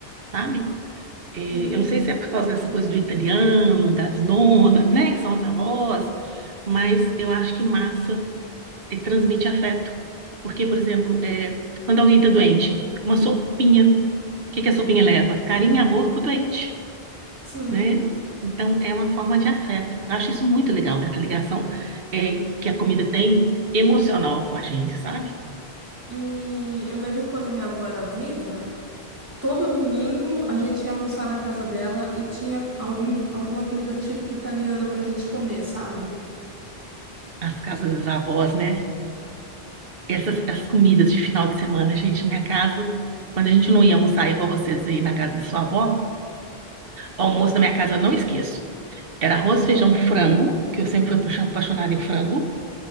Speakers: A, on the right; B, on the right.
A: sabe? É,
B: sim
A: eu não sei se é por causa dessa coisa do italiano, das nonas, né, que são as avós, mas eu acho que massa ele transmite afeto. Porque, por exemplo, é, quando alguém está doente, uma sopinha, o que que a sopinha leva? Carinho e amor pro doente,
B: sim,
A: né? Então, é uma forma de afeto. Eu acho isso muito legal, essa ligação é, que a comida tem emocional com a gente, sabe?
B: e eu lembro quando minha avó era viva, Todo domingo a gente ia almoçar na casa dela e tinha algum, alguma comida típica italiana pra gente comer, sabe?
A: As casas das avós, né? Essas as comidas de final de semana, gente, minha casa, quando a gente não ia almoçar igual vocês aí na casa de sua avó, o almoço da minha casa eu não esqueço. Era arroz, feijão, frango, que eu sempre fui apaixon- apaixonada em frango,